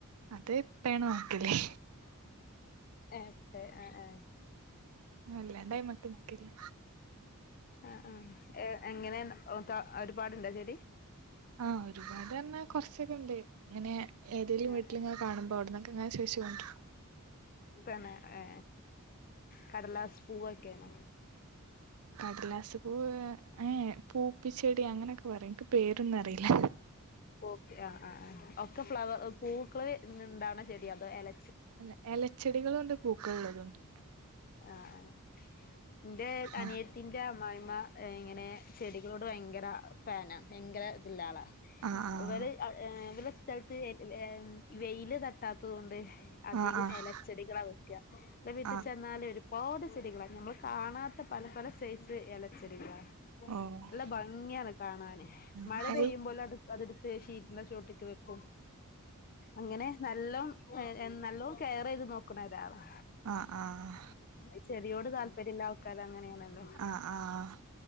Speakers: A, on the right; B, on the left.
A: അത് ഇപ്പേണ് നോക്കല്
B: ഏഹ് പ്പേ ഏഹ് ഏഹ്
A: വല്ലാണ്ട് അയ്മക്ക് നിക്കല്ല
B: ആഹ് ആഹ് എ എങ്ങനെ ഒ ത്ത ഒരുപാടുണ്ടോ ചെടി
A: ആഹ് ഒരുപാട് പറഞ്ഞ കുറച്ചൊക്കെണ്ട് ഇങ്ങനെ ഏതെങ്കിലും
B: ആ
A: വീട്ടിലിങ്ങനെ കാണുമ്പോ അവിട്ന്ന് ക്കെ ഇങ്ങനെ ചോയിച്ച് കൊണ്ടരും
B: തന്നെ ഏ കടലാസ് പൂവൊക്കെണേ
A: കടലാസ് പൂവ് ഏ ഹേ പൂപ്പിച്ചെടി അങ്ങനൊക്കെ പറയും ഇൻക്ക് പേരൊന്നും അറിയില്ല
B: പോപി ആഹ് ആഹ് ആഹ് ഒക്കെ ഫ്ലവർ പൂക്കള് ന്ന് ഇണ്ടാവ് ണ ചെടി അതോ എല
A: അല്ല എലച്ചെടികളുണ്ട് പൂക്കള് ഉള്ളതുണ്ട്
B: ആഹ് ആഹ് ഇന്റെ അനിയ
A: ആഹ്
B: തിന്റെ അമ്മായിമ്മ ഇങ്ങനെ ചെടികളോട് ഭയങ്കര ഫാനാ ഭയങ്കര ഇതില്ലആളാ
A: ആഹ് ആഹ്
B: ഇവര് ഇവല സ്ഥലത്ത് വെയില് തട്ടാത്തത് കൊണ്ട് അധികം
A: ആഹ് ആഹ്
B: എല ചെടികളാ വെക്ക ന്നട്ട് ട്ട്
A: ആഹ്
B: ചെന്നാല് ഒരുപാട് ചെടികളാ നമ്മൾ കാണാത്ത പല പല സൈസ് ഇലച്ചെടികളാ
A: ഓഹ്
B: നല്ല ഭംഗിയാണ് കാണാന്
A: ആഹ്
B: മഴ
A: ആഹ്
B: പെയ്യുമ്പോ ഓല് അത് അതടുത്ത് ഷീറ്റിന്റെ ചോട്ട്ക്ക് വെ ക്കും അങ്ങനെ നല്ലോം എ നല്ലോം കെയറയ് ത് നോക്കണ ഒര് ആളാ
A: ആഹ് ആഹ്
B: അഹ് ചെടിയോട് താല്പര്യം ഇല്ല ആൾക്കാര് അങ്ങനെണല്ലോ
A: ആഹ് ആഹ്